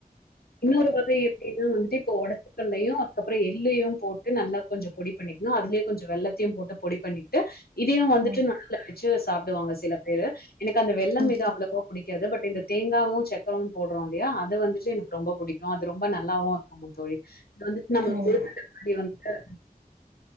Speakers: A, on the left; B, on the right.
A: இன்னொரு வகை எப்படின்னா வந்துட்டு இப்போ ஒடச்சக்கல்லையு அதுக்கப்பற எள்ளையு போட்டு நல்லா கொஞ்ச பொடி பண்ணிக்கணு அதுலேயு கொஞ்ச வெள்ளத்தையு போட்டு பொடி பண்ணிகிட்டு இதையு வந்துட்டு
B: ம்
A: நடுவுல வச்சு சாப்டுவாங்க சில பேரு எனக்கு அந்த வெள்ள
B: ம்
A: மீது அவ்ளோவா பிடிக்காது பட் இந்த தேங்காவு சக்கரம் போடுறோ இல்லையா அது வந்துட்டு எனக்கு ரொம்ப புடிக்கு அது ரொம்ப நல்லாவு இருக்கு தோழி வந்துட்டு நம்ம
B: ம்
A: <inaudible> மாரி வந்துட்டு